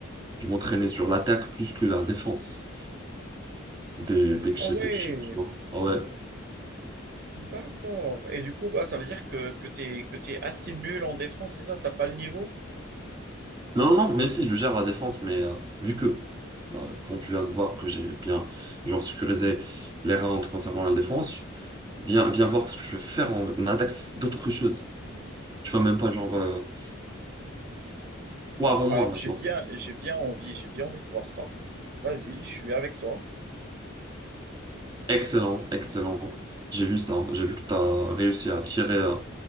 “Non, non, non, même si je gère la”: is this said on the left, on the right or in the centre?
Right